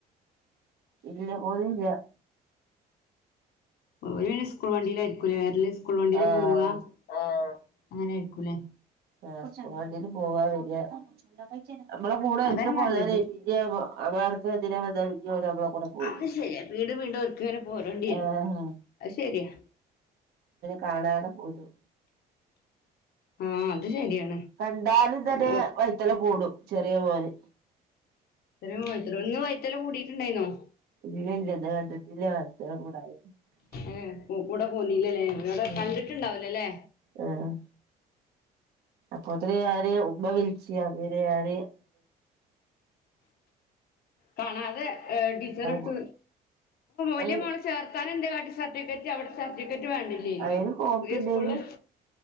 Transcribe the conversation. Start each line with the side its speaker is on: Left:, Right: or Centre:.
Right: ഇല്ല പോയില്ല.
Left: ഓർ സ്കൂൾ വണ്ടീൽ ആയിരിക്കൂല്ലേ വരല് സ്കൂൾ വണ്ടിയില്
Right: ആഹ്
Left: പോവ ആ അങ്ങനെ ആയിരിക്കൂല്ലേ?
Right: ആ വണ്ടീല് പോവാ വരാ. <unintelligible>
Left: അതാണ് നല്ലത് അത് ശരിയാ വീണ്ടും വീണ്ടും ഓര്ക്കിങ്ങനെ പോരേണ്ടി വരും
Right: ആഹ
Left: അത് ശരിയാ
Right: കാണാതെ പോകും.
Left: ആഹ അത് ശരിയാണ്.
Right: കണ്ടാലും തന്നെ
Left: ഓ
Right: വൈത്തലെ കൂടും ചെറിയ മോന്.
Left: ഇത്ര ഇത്ര ഒന്ന് വൈത്തല കൂടിയിട്ടുണ്ടായിരുന്നോ?
Right: ഇല്ല ഇല്ല കണ്ടിട്ടില്ല <unintelligible>
Left: ഏ കൂടെ പോന്നീല്ലല്ലേ ഇവിടെ
Right: ഉം
Left: കണ്ടിട്ടുണ്ടാവുലല്ലേ.
Right: ആഹ് അപ്പൊത്തിന് ഞാന് ഉമ്മ വിളിച്ചി അങ്ങനെ ഞാൻ
Left: കാണാതെ ടീച്ചറെട്ത്ത്
Right: പോയി
Left: വലിയ
Right: അത്
Left: മോള ചേർത്താന എന്താകാട്ടി? സർട്ടിഫിക്കറ്റ് അവിടെ സർട്ടിഫിക്കറ്റ് വേണ്ടില്ലേനോ
Right: അയിന് കോപ്പി
Left: പുതിയ
Right: ഇണ്ടേനി
Left: സ്കൂളില്?